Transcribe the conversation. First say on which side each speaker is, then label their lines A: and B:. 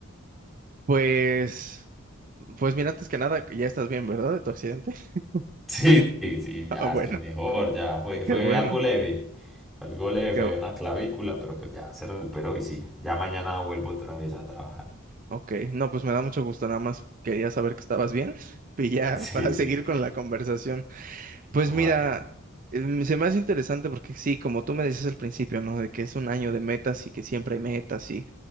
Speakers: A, on the right (about 40°); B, in the centre.
A: Pues, pues mira, antes que nada, ya estás bien, ¿verdad? De tu accidente. <laughs>
B: Sí, sí, sí, ya
A: Ah, bueno,
B: estoy mejor, ya fue, fue
A: qué bueno.
B: algo leve, fue algo leve, fue
A: Qué, bu-
B: una clavícula, pero pues ya se recuperó y sí, ya mañana vuelvo otra vez a trabajar.
A: ok, no, pues me da mucho gusto, nada más quería saber que estabas bien <laughs> y ya
B: <laughs> Sí,
A: para
B: sí,
A: seguir con la conversación. Pues
B: vale,
A: mira, em, se me hace interesante porque sí, como tú me decías al principio, ¿no? De que es un año de metas y que siempre hay metas y